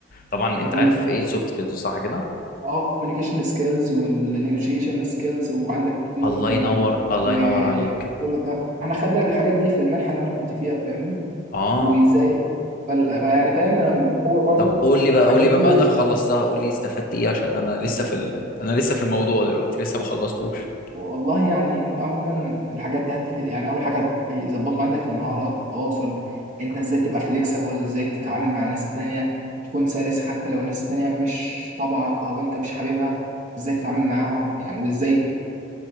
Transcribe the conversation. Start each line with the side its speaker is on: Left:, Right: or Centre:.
Left: طبعا
Right: جميل
Left: انت عارف ايه السوفت سكيلز صح كده
Right: اه كوميونيكيشن سكيلز والنيجوشيشن سكيلز وعندك تيم ووركينج
Left: الله ينور الله
Right: وكل
Left: ينور عليك
Right: ده احنا خدنا الحاجات دي في المنحه اللي انا كنت فيها فاهمني
Left: اه
Right: وازاي فال- فيعني فاهم انا مطور برضو
Left: طب قول لي بقى
Right: الحاجات
Left: قول لي
Right: دي
Left: بما انك
Right: عشان
Left: خلصتها قول لي استفدت ايه عشان انا لسه في ال... انا لسه في الموضوع دلوقتي لسه ما خلصتوش
Right: والله يعني انت عموما الحاجات دي هتفيد يعني اول حاجه هيظبطوا عندك المهاره التواصل انت ازاي تبقى فليكسبل ازاي تتعامل مع الناس التانية تكون سلس حتى لو الناس التانية مش طبعك او انت مش حاببها ازاي تتعامل معاهم يعني وازاي